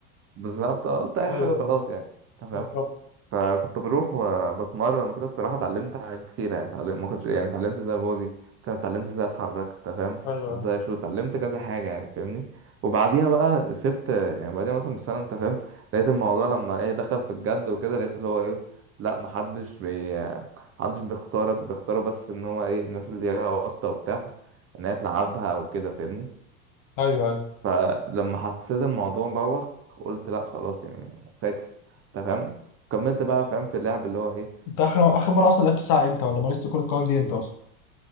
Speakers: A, on the right; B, on the left.
A: بالظبط آه، قلت اي
B: ايوه
A: حاجه خلاص يعني انت فاهم
B: بالظبط
A: فكنت بروح وبتمرن وكده بصراحة اتعلمت حاجات كتير يعني اتعلمت ما كنتش يعني اتعلمت ازاي بوزي اتعلمت ازاي اتحرك انت فاهم
B: ايوه
A: ازاي اشوط اتعلمت كذا حاجة يعني فاهمني وبعديها بقى سبت يعني بعديها مثلا بسنة انت فاهم لقيت الموضوع لما ايه دخل في الجد وكده لقيت اللي هو ايه لا محدش بي محدش بيختارك بيختاروا بس ان هو ايه الناس اللي هي واسطة وبتاع ان هي تلعبها وكده فاهمني
B: ايوه
A: فلما حسيت الموضوع بوخ قلت لا خلاص يعني فاكس تمام كملت بقى
B: ايوه
A: فاهم في اللعب اللي هو ايه
B: انت اخر اخر مره اصلا لعبت ساعه امتى ولا مارست كره القدم دي امتى اصلا